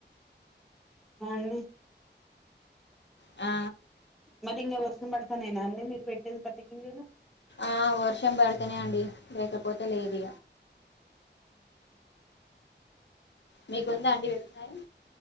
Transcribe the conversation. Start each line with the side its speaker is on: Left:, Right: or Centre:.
Centre: అవునండి
Left: ఆ
Centre: మరీ ఇంక వర్షం పడతనేనా అండి మీరు పెట్టేది పత్తి గింజలు
Left: ఆ వర్షం పడితనే అండి లేకపోతే లేదు
Centre: అవు <inaudible>
Left: మీకుందా అండి వ్యవసాయం